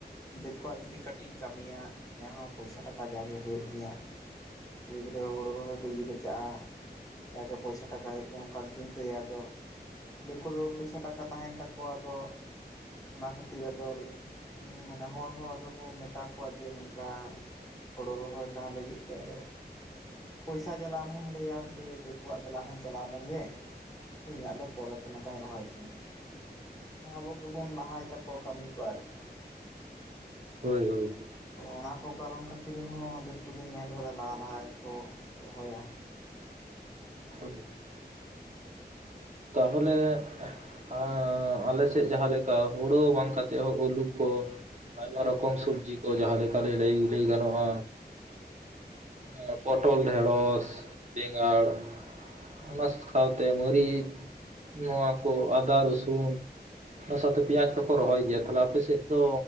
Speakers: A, on the left (about 20°); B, on the right (about 45°).
A: ᱫᱤᱠᱩᱣᱟᱜ ᱡᱩᱫᱤ ᱠᱟᱹᱴᱤᱡ ᱤᱧ ᱠᱟᱹᱢᱤᱭᱟ ᱡᱟᱦᱟᱸ ᱦᱚᱸ ᱯᱚᱭᱥᱟ ᱴᱟᱠᱟ ᱡᱟᱜᱮ ᱦᱩᱭᱩᱜ ᱛᱤᱧᱟᱹ᱾ ᱠᱩᱲᱤ ᱜᱤᱫᱽᱨᱟᱹ ᱦᱩᱲᱩ ᱨᱚᱦᱚᱭ ᱡᱩᱫᱤ ᱠᱚ ᱪᱟᱜᱼᱟ ᱾ ᱡᱟᱜᱮ ᱯᱚᱭᱥᱟ ᱴᱟᱠᱟ ᱦᱮᱡ ᱚᱱᱠᱟᱢ ᱪᱤᱱᱛᱟᱹᱭᱟ ᱟᱫᱚ᱾ ᱫᱤᱠᱩ ᱫᱚ ᱯᱚᱭᱥᱟ ᱴᱟᱠᱟ ᱛᱟᱦᱮᱱ ᱛᱟᱠᱚᱣᱟ ᱟᱫᱚ- ᱚᱱᱟ ᱠᱷᱟᱹᱛᱤᱨ ᱟᱫᱚ ᱢᱟᱱᱮ ᱦᱚᱲ ᱦᱚᱸ ᱟᱫᱚ ᱠᱚ ᱢᱮᱛᱟ ᱠᱚᱣᱟ ᱡᱮ ᱱᱚᱝᱠᱟ- ᱦᱳᱲᱳ ᱨᱚᱦᱚᱭ ᱛᱟᱦᱞᱮ ᱦᱤᱡᱩᱜ ᱯᱮ ᱟᱫᱚ ᱯᱚᱭᱥᱟ ᱡᱟᱞᱟ ᱟᱢ ᱦᱚᱸᱢ ᱞᱟᱹᱭᱟ ᱦᱟᱯᱮ ᱫᱤᱠᱩᱣᱟᱜ ᱜᱮ ᱞᱟᱦᱟᱧ ᱪᱟᱞᱟᱣ ᱞᱮᱱ ᱜᱮ ᱾ ᱤᱧᱟᱹᱜ ᱫᱚ ᱯᱚᱨᱮᱛᱮ ᱱᱚᱝᱠᱟᱧ ᱨᱚᱦᱚᱭ ᱛᱤᱧᱟᱹ᱾ ᱦᱮᱸ ᱟᱵᱚ ᱜᱮᱵᱚᱱ ᱞᱟᱦᱟᱭ ᱛᱟᱠᱚᱣᱟ ᱠᱟᱹᱢᱤ ᱠᱚ ᱟᱨᱦᱤ᱾
B: ᱦᱳᱭ ᱦᱳᱭ᱾
A: ᱚᱱᱟ ᱠᱚ ᱠᱟᱨᱚᱱ ᱠᱷᱟᱹᱛᱤᱨ ᱦᱚᱸ ᱫᱤᱠᱩ ᱫᱚᱧ ᱧᱮᱞ ᱟᱠᱟᱫᱟ ᱞᱟᱦᱟ ᱞᱟᱦᱟ ᱜᱮᱠᱚ ᱨᱚᱦᱚᱭᱟ᱾
B: ᱦᱳᱭ ᱾ ᱛᱟᱦᱚᱞᱮ ᱟᱸᱻ ᱟᱞᱮ ᱥᱮᱫ ᱡᱟᱦᱟᱸ ᱞᱮᱠᱟ ᱦᱳᱲᱳ ᱵᱟᱝ ᱠᱟᱛᱮᱫ ᱦᱚᱸ ᱟᱹᱞᱩ ᱠᱚ ᱟᱭᱢᱟ ᱨᱚᱠᱚᱢ ᱥᱚᱵᱽᱡᱤ ᱠᱚ ᱡᱟᱦᱟᱸ ᱞᱮᱠᱟ ᱞᱟᱹᱭ ᱞᱟᱹᱭ ᱜᱟᱱᱚᱜᱼᱟ ᱟᱨ ᱯᱚᱴᱚᱞ, ᱰᱷᱮᱸᱲᱚᱥ, ᱵᱮᱸᱜᱟᱲ, ᱚᱱᱟ ᱥᱟᱶᱛᱮ ᱢᱟᱹᱨᱤᱪ ᱱᱚᱣᱟ ᱠᱚ ᱟᱫᱟ, ᱨᱚᱥᱩᱱ ᱚᱱᱟ ᱥᱟᱶᱛᱮ ᱯᱮᱸᱭᱟᱡᱽ ᱠᱚᱠᱚ ᱨᱚᱦᱚᱭ ᱜᱮᱭᱟ, ᱛᱟᱦᱚᱞᱮ ᱟᱯᱮᱥᱮᱫ ᱫᱚ